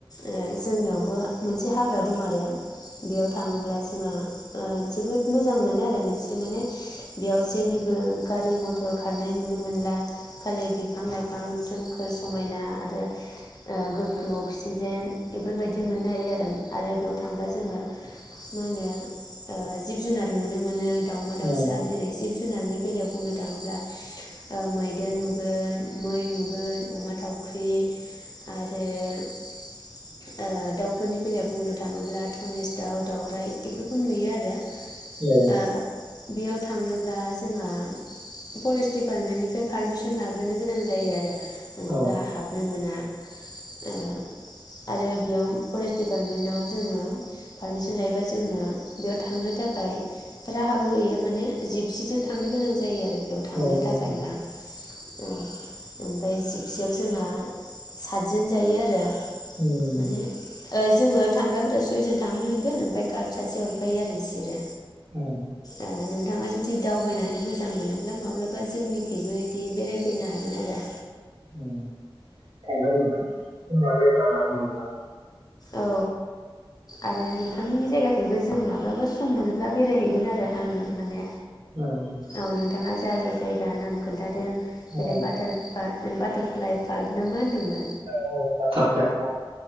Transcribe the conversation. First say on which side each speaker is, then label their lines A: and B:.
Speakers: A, on the left; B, on the right.
A: ओ जोंनियाव बो मोनसे हाग्रा दं आरो बेयाव थाङोब्ला जोङो जोबोद मोजां मोनो आरो मोनसे माने बेयाव जेनिबो गारि मथर मटर खारनाय नुनो मोनला खालि बिफां-लाइफां सोमखोर समायना आरो ओ गोग्गो अक्सिजेन बेफोरबायदि मोननो हायो आरो आरो बेयाव थांब्ला जोङो मा होनो ओ जिब-जुनार नुनो मोनो दाावमा दाउसा
B: औ
A: जेरै जिब फैनानै बेलायाव बुंनो थाङोब्ला ओ मैदेर नुगोन मै नुगोन अमा थाव ख्रि आरो ओ दाउफोरनि बेलायाव बुंनो थाङोब्ला धनेस दाउ दाउराइ बेफोरखौ नुयो आरो
B: ए
A: ओ बेयाव थांनोब्ला जोंहा फरेस्ट दिडपार्टमेन्टनिफ्राय पारमिसन लाग्रोनो गोनां जायो आरो
B: औ
A: <unintelligible> हाबनो मोना ओ आरो बेयाव फरेस्ट दिडिपार्टमेन्टाव जोङो पारमिसन लायोबा जोंनो बेयाव थांनो थाखाय राहाबो होयो माने जिपसिजों थांनो गोनां जायो आरो बेयाव थांनो
B: औ
A: थाखायब्ला औ ओमफ्राय बियाव जोंहा सातजोन जायो आरो
B: उम
A: माने ओ जोङो थांग्राफोरा सयजन थांनो मोनगोन ओमफ्राय गार्ड सासे हरफायो आरो बिसोरो
B: औ
A: ए <unintelligible> नोंथाङा जुदि दावबायनानै मोजां मोनोब्ला माब्लाबा जोंनिथिबो बिदि बेरायफैनो हागोन आरो
B: उम थांगोन नोंथां <unintelligible> अब्ला
A: औ आरो नोंथांमोननि जायगाथिबो जों माब्लाबा सम मोनोब्ला बेरायहैगोन आरो आङो माने
B: थांगोन
A: औ नोंथाङा जा जायगा नाम खोन्थादों जेरै
B: औ
A: बाटार पा बाटारफ्लाइ पार्क ना मा होन्दोंमोन?
B: औ औ बाटारफ्लाइ पार्क